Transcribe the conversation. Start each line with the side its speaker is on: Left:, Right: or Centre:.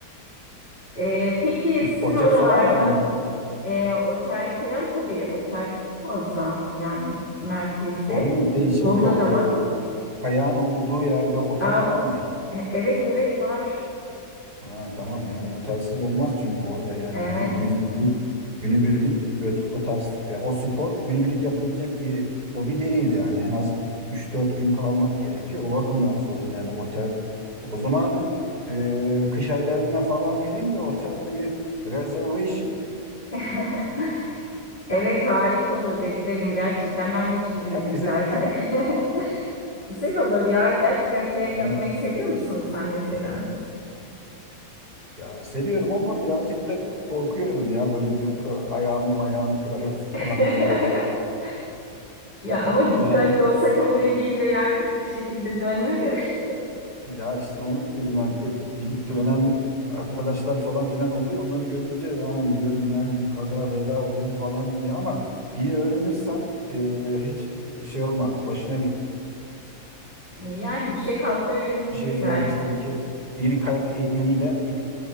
Left: E, peki sizin
Right: otel
Left: oralarda?
Right: falan var mı orada?
Left: E, otel falan tabii. Otel çok fazla yani merkezde.
Right: Oranın şey şey
Left: Burada
Right: yok.
Left: da
Right: E,
Left: var.
Right: kayağın olduğu yerde otel
Left: Aa,
Right: var mı ya?
Left: e- evet evet var.
Right: Ha, tamam yani otelsiz olmaz çünkü orada yani
Left: Evet.
Right: gidip günübirlik günübirlik ö- o tarz e, o spor günübirlik yapılabilecek bir hobi değil yani en az üç dört gün kalmak gerekiyor. O bakımdan sordum yani otel. O zaman e, kış aylarına falan geleyim de otelde bir reservation
Left: <laughs> Evet harika olur beklerim gerçekten. Ben de hiç gitmedim
Right: yap bize.
Left: zaten.
Right: <laughs>
Left: <laughs> Güzel olur ya. Gerçekten kayak
Right: Yani
Left: yapmayı seviyor musun sen mesela?
Right: ya seviyorum ama birazcık da korkuyorum ya böyle du- ayağımı ayağımı kırarım <laughs> falan
Left: <laughs>
Right: diye böyle
Left: Ya ama
Right: yani
Left: dikkatli olsak ha buraya gelince yağ kırık bir şekilde dönme de. <laughs>
Right: Ya işte onu diyorum ben gidip dönen arkadaşlar falan filan oluyor. Onları görünce an diyorum yani bir kaza bela olur falan diye ama iyi öğrenirsen e, hiç şey olmaz. Başına bir
Left: Yani düşe kalka öğreneceğiz
Right: şey gelmez.
Left: artık.
Right: Tabii ki iyi bir kayak eğitmeniyle ilk,